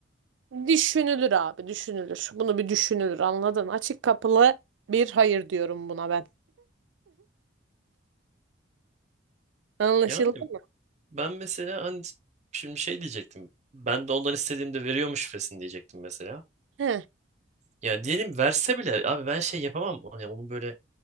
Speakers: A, on the right; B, on the right.
A: düşünülür abi düşünülür. Bunu bir düşünülür anladın. Açık kapılı bir hayır diyorum buna ben. Anlaşıldı
B: Yani
A: mı?
B: ben mesela hani şimdi şey diyecektim. Ben de ondan istediğimde veriyormuş şifresini diyecektim mesela.
A: He.
B: Yani diyelim verse bile abi ben şey yapamam. Hani onun böyle